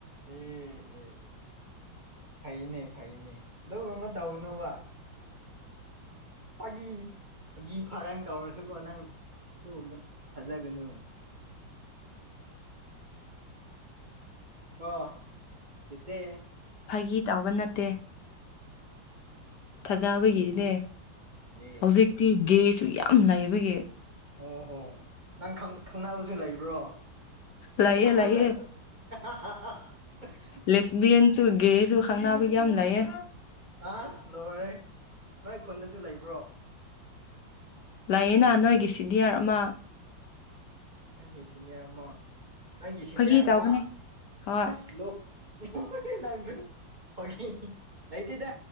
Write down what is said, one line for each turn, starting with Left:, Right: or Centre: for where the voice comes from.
Right: ꯎꯝ ꯎꯝ ꯐꯩꯅꯦ ꯐꯩꯅꯦ ꯑꯗꯨꯒꯨꯝ ꯃꯥ ꯇꯧꯒꯅꯨꯕ ꯐꯥꯒꯤ ꯐꯥꯒꯤ ꯐꯔꯥꯡ ꯇꯧꯔꯁꯨꯀꯣ ꯅꯪ ꯑꯗꯨꯒꯨꯝꯕ ꯊꯥꯖꯒꯅꯨ ꯀꯣ ꯆꯦꯆꯦ
Left: ꯐꯥꯒꯤ ꯇꯧꯕ ꯅꯠꯇꯦ ꯐꯖꯕꯒꯤꯅꯦ
Right: ꯐꯥꯒꯤꯅꯦꯍꯦ ꯑꯦ
Left: ꯍꯧꯖꯤꯛꯇꯤ
Right: ꯑꯦ
Left: ꯒꯦꯁꯨ ꯌꯥꯝ ꯂꯩꯕꯒꯤ
Right: ꯑꯣ ꯍꯣ ꯅꯪ ꯈꯪ ꯈꯪꯅꯕꯁꯨ ꯂꯩꯕ꯭ꯔꯣ
Left: ꯂꯩꯌꯦ
Right: <unintelligible>
Left: ꯂꯩꯌꯦ ꯂꯦꯁꯕꯤꯌꯟꯁꯨ ꯒꯦꯁꯨ ꯈꯪꯅꯕ ꯌꯥꯝ ꯂꯩꯌꯦ
Right: ꯑꯁ ꯂꯣꯏꯔꯦ ꯅꯣꯏ ꯈꯨꯟꯗꯁꯨ ꯂꯩꯕ꯭ꯔꯣ
Left: ꯂꯥꯛꯌꯦꯅ ꯅꯣꯏꯒꯤ ꯁꯤꯅꯤꯌꯥꯔ ꯑꯃ
Right: ꯑꯩꯒꯤ ꯁꯤꯅꯤꯌꯔ ꯑꯃ ꯑꯩꯒꯤ ꯁꯤꯅꯤꯌꯔ
Left: ꯐꯥꯒꯤ ꯇꯧꯕꯅꯦ
Right: ꯑꯃ
Left: ꯍꯣꯏ
Right: ꯑꯁ ꯂꯣꯛ ꯅꯣꯏꯔꯦ ꯅꯪꯁꯨ <unintelligible> ꯂꯩꯇꯦꯗ